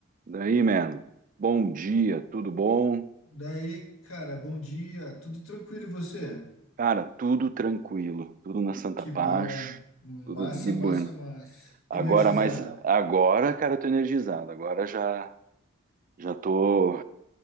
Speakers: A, on the right; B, on the left.
A: Daí, mano. Bom dia, tudo bom?
B: Daí, cara, bom dia. Tudo tranquilo e você?
A: Cara, tudo tranquilo, tudo na Santa
B: Que
A: Paz,
B: bom. Massa,
A: tudo de
B: massa,
A: bueno.
B: massa.
A: Agora,
B: Energizado.
A: mas agora, cara, eu tô energizado. Agora já já tô